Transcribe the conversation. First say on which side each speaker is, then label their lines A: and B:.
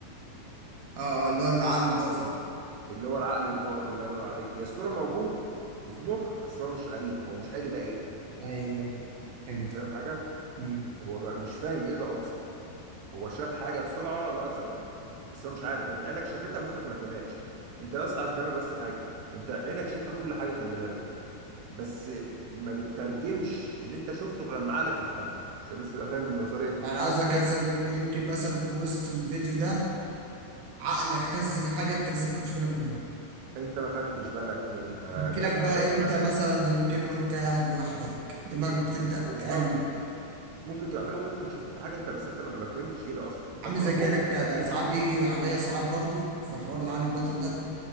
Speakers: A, on the right (about 70°); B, on the right (about 85°).
A: اه اه اللي هو العقل الباطن
B: اللي هو العقل الباطن الله ينور عليك هي الصوره موجوده وفي مخك بس هو مش قاريها هو مش قاري ده ايه
A: أيوه أيوه فهمت
B: انت فاهم حاجه
A: أمم.
B: هو ما... مش فاهم ايه ده اصلا هو شاف حاجه بسرعه لقط سندوتش بس هو مش عارف انت عينك شافتها مخك ما فهمهاش انت يا اسطى عايز افهمك بس حاجه انت عينك شايفه كل حاجه خلي بالك بس ما بتترجمش اللي انت شفته غير لما عقلك يفهمه عشان بس تبقى فاهم النظريه دي
A: يعني قصدك مثلا يمكن مثلا في وسط الفيديو ده عقلك خزن حاجة أنت لسه ما خدتش بالك منها
B: انت ما خدتش بالك منها
A: هتجيلك
B: يا جدع
A: بقى
B: الله ينور
A: إمتى
B: عليك
A: مثلا يمكن وأنت قاعد لوحدك دماغك بتبدأ
B: بالظبط
A: تقلب
B: ممكن تبقى على فكره ممكن تكون شفت حاجه انت بس انت ما ما فهمتش ايه ده اصلا فمخك
A: عامل زي كأنك كان
B: ما ترجمش
A: ساعات بيجي عليا ساعات برضو في حوار العقل الباطن ده